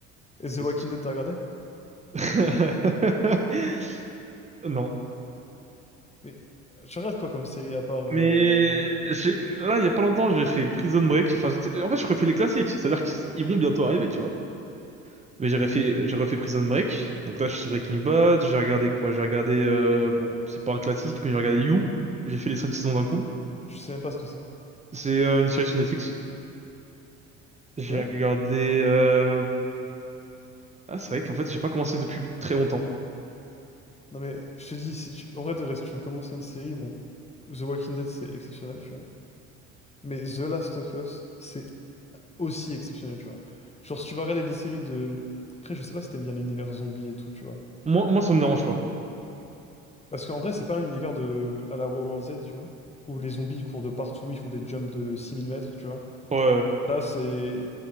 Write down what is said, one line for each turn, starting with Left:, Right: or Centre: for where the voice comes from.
Left: et The
Right: qui
Left: Walking
Right: est sorti.
Left: Dead, t'as regardé?
Right: <laughs> Non.
Left: Mais... euh, Tu regardes quoi comme série à part... euh,
Right: Mais j'ai, là, il y a pas longtemps, j'ai fait Prison Break. Enfin, j'étais- en fait, je refais les classiques. C'est-à-dire qu'ils vont bientôt arriver, tu vois. Mais j'ai refait, j'ai refait Prison Break. Donc là, je suis sur Breaking Bad. J'ai regardé quoi? J'ai regardé, euh, bon, c'est pas un classique, mais j'ai regardé You. J'ai fait les cinq saisons d'un coup.
Left: Je sais même pas ce que c'est.
Right: C'est euh, une série sur Netflix. J'ai
Left: Ok?
Right: regardé. euh, Ah, c'est vrai qu'en fait, j'ai pas commencé depuis très longtemps.
Left: Non mais je te dis, si tu... en vrai de reste, tu veux commencer une série, bon, The Walking Dead c'est exceptionnel, tu vois. Mais The Last of Us, c'est aussi exceptionnel, tu vois. Genre si tu vas regarder des séries de... Après je sais pas si t'aimes bien l'univers zombie et tout, tu vois.
Right: Moi, moi, ça me dérange pas.
Left: Parce qu'en vrai c'est pas un univers de... à la World War Z, tu vois. Où les zombies ils courent de partout, ils font des jumps de 6000 mètres, tu vois.
Right: Ouais. ouais.
Left: Là c'est...